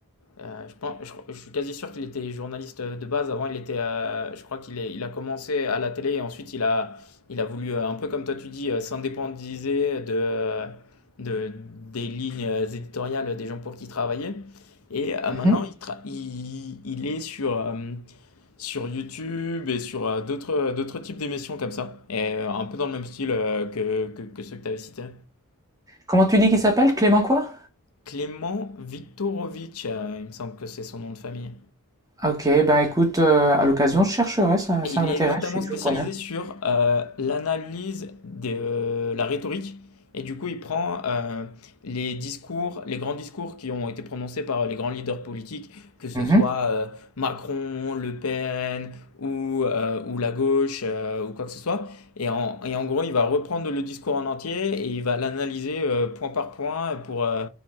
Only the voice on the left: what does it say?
euh, je pense, je, je suis quasi sûr qu'il était journaliste de base. Avant, il était, euh, je crois qu'il est- il a commencé à la télé et ensuite il a, il a voulu, euh, un peu comme toi tu dis, euh, s'indépendiser de, de, des lignes éditoriales des gens pour qui il travaillait. Et euh,
maintenant, il, tra- il, il est sur, euh, sur YouTube et sur euh, d'autres euh, d'autres types d'émissions comme ça, et euh, un peu dans le même style euh, que, que, que ceux que tu avais cités.
Clément Viktorovitch, euh, il me semble que c'est son nom de famille.
Et
il
est notamment
spécialisé
sur euh, l'analyse de euh, la rhétorique. Et du coup, il prend euh, les discours, les grands discours qui ont été prononcés par les grands leaders politiques, que ce
soit euh, Macron, Le Pen ou, euh, ou la gauche euh, ou quoi que ce soit. Et en, et en gros, il va reprendre le discours en entier et il va l'analyser euh, point par point pour, euh,